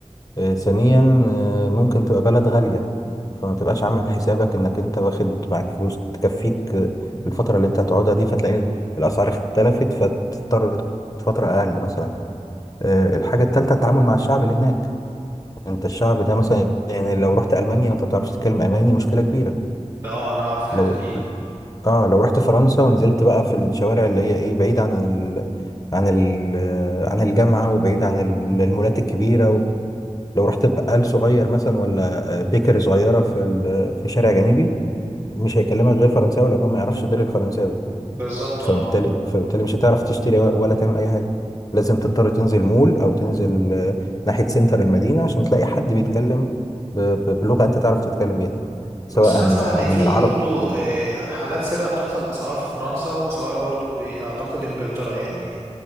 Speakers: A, on the left; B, on the right.
A: آه، ثانيا آه، ممكن تبقى بلد غالية فما تبقاش عامل حسابك إنك أنت واخد معاك فلوس تكفيك آه،
B: مم.
A: الفترة اللي أنت هتقعدها دي فتلاقي ال- الأسعار اختلفت فتضطر تقعد فترة أقل مثلا آه، الحاجة التالتة التعامل مع الشعب اللي هناك انت الشعب ده مثلا يعني لو رحت المانيا وانت ما بتعرفش تتكلم الماني مشكله كبيره
B: ده اه انا اعرف الحتة
A: لو
B: دي
A: اه لو رحت فرنسا ونزلت بقى في الشوارع اللي هي ايه بعيد عن ال... عن ال... عن الجامعه وبعيد عن ال- المولات الكبيره و... لو رحت بقال صغير مثلا ولا بيكر صغيره في ال... في شارع جانبي مش هيكلمك غير فرنساوي لان هو ما يعرفش غير الفرنساوي
B: بالظبط
A: فبالتالي
B: اه
A: فبالتالي مش هتعرف تشتري ولا ولا تعمل اي حاجه لازم تضطر تنزل مول او تنزل آه، ناحيه سنتر المدينه عشان تلاقي حد بيتكلم ب- ب- بلغه انت تعرف تتكلم بيها
B: بس
A: سواء
B: انا اسمع
A: آه،
B: ان
A: من
B: في
A: العرب
B: برضو آه، حالات سرقة بتحصل سواء في فرنسا وسواء برضو بأعتقد انجلترا يعني